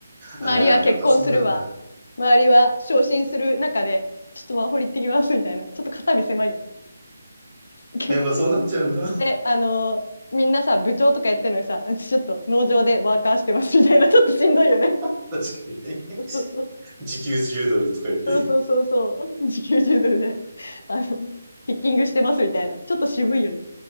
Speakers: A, on the left (about 65°); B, on the right (about 20°).
A: 周りは結婚するわ。
B: あ、やっぱそうなんだ。
A: 周りは昇進する中で、ちょっとワーホリ行ってきますみたいな。ちょっと肩身狭いよ。<laughs>
B: やっぱそうなっちゃうんだ。
A: で、あのーみんなさ、部長とかやってるのにさ、ちょっと農場でワーカーしてますみたいな、ちょっとしんどいよね。
B: <laughs> 確かにね。
A: そうそう
B: 時給10ドルとか言って、
A: そうそうそうそう、時給10ドルで、あの、ピッキングしてますみたいな、ちょっと渋いよね。